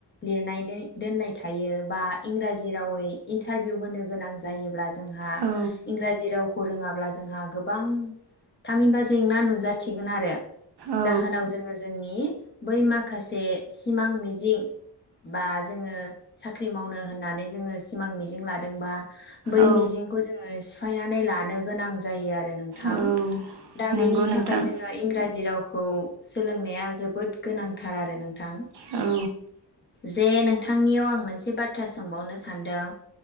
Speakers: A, on the left; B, on the right.
A: लिरनानै दोननाय थायो बा इंराजि रावै इन्टारभिउ होनो गोनां जायोब्ला जोंहा
B: औ
A: इंराजि रावखौ रोङाब्ला जोंहा गोबां थामहिनबा जेंना नुजा थिगोन आरो।
B: औ
A: जाहोनाव जोङो जोंनि बै माखासे सिमां मिजिं बा जोङो साख्रि मावनो होननानै जोङो सिमां मिजिं लादोंबा बै
B: औ
A: मिजिंखौ जोङो सिफ फायनानै लानो गोनां जायो आरो रो नोंथां
B: औ
A: दा
B: नंगौ
A: बेनि
B: नोंथां
A: थाखाय जोङो इंराजि राव खौ सोलोंनाया जोबोद गोनांथार आरो नों थां।
B: औ।
A: जे नोंथांनियाव आं मोनसे बाथ्रा सोंबावनो सानदों